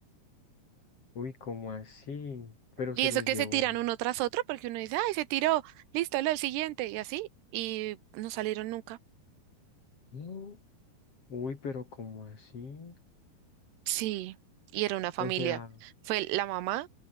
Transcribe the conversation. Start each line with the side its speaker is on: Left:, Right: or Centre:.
Left: Uy, ¿cómo así? Pero
Right: Y
Left: se
Right: eso
Left: los
Right: que
Left: llevó
Right: se tiran
Left: él.
Right: uno tras otro, porque uno dice, ay, se tiró, listo, lo el siguiente, y así, y no salieron nunca.
Left: ¿Eh? Uy, pero ¿cómo así?
Right: Sí, y era una familia.
Left: O sea,
Right: Fue la mamá,